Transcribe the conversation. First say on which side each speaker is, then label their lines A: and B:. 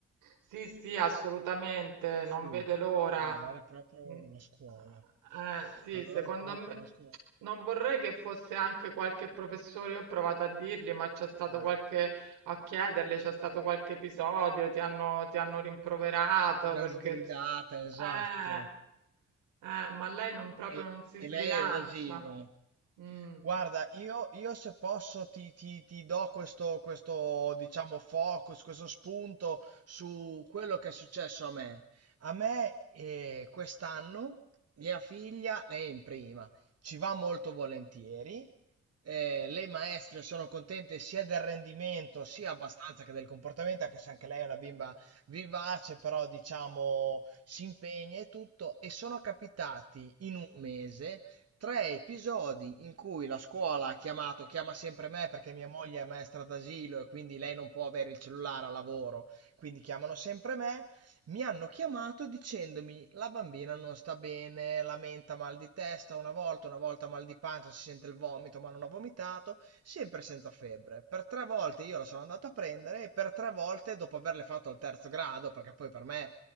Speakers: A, on the right; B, on the right.
A: Sì, sì, assolutamente,
B: Sì.
A: non vede l'ora.
B: Eh, allora è proprio una
A: Mm,
B: scuola.
A: Eh, sì,
B: Allora
A: secondo
B: è proprio
A: me
B: una scuola.
A: non vorrei che fosse anche qualche professore, io ho provato a dirgli, ma c'è stato
B: Ah,
A: qualche,
B: eh.
A: a chiedergli, c'è stato qualche episodio, ti hanno, ti hanno rimproverato
B: Una
A: perché...
B: sgridata, esatto.
A: Eh, eh, ma lei non, proprio
B: E,
A: non si sbilancia.
B: e lei è evasiva.
A: Mm.
B: Guarda, io, io se posso ti, ti- ti do questo, questo, diciamo, focus, questo spunto su quello che è successo a me. A me, eh, quest'anno, mia figlia, lei è in prima, ci va molto volentieri. Eh, le maestre sono contente sia del rendimento, sia abbastanza che del comportamento, anche se anche lei è una bimba vivace, però diciamo si impegna e tutto. E sono capitati in un mese tre episodi in cui la scuola ha chiamato, chiama sempre me perché mia moglie è maestra d'asilo e quindi lei non può avere il cellulare a lavoro, quindi chiamano sempre me, mi hanno chiamato dicendomi la bambina non sta bene, lamenta mal di testa una volta, una volta mal di pancia, si sente il vomito ma non ha vomitato, sempre senza febbre. Per tre volte io la sono andata a prendere e per tre volte dopo averle fatto al terzo grado, perché poi per me